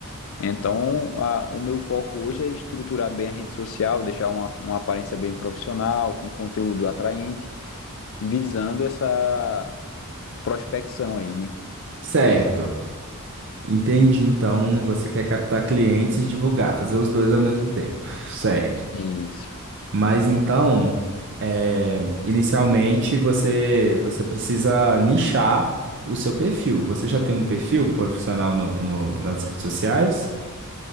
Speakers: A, on the left; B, on the right.
A: Então, a- o meu foco hoje é estruturar bem a rede social, deixar uma, uma aparência bem profissional, com conteúdo atraente, visando essa prospecção aí, né?
B: Certo. Entendi. Então, você quer captar clientes e divulgar, fazer os dois ao mesmo tempo, certo?
A: Isso.
B: Mas então, eh, inicialmente você você precisa nichar o seu perfil. Você já tem um perfil profissional no, no- nas redes sociais?